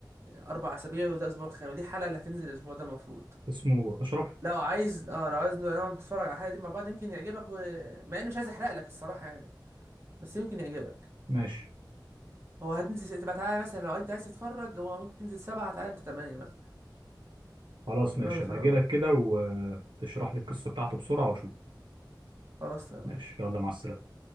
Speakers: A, on the right (about 30°); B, on the right (about 85°).
A: اربع اسابيع وده الاسبوع الخامس دي الحلقه اللي هتنزل الاسبوع ده المفروض
B: اسمه اشرف
A: لو عايز اه لو عايز نقعد نتفرج على الحلقه دي مع بعض يمكن يعجبك و... مع اني مش عايز احرق لك الصراحه يعني بس يمكن يعجبك
B: ماشي
A: هو هتنزل تبقى تعالى مثلا لو انت عايز تتفرج هو ممكن تنزل سبعة تعالى انت تمانية مثلا
B: خلاص
A: بنقعد
B: ماشي
A: نتفرج
B: هبقى اجي
A: مع
B: لك
A: بعض.
B: كده وتشرح لي القصه بتاعته بسرعه واشوف
A: خلاص تمام
B: ماشي
A: ماشي
B: يلا مع السلامه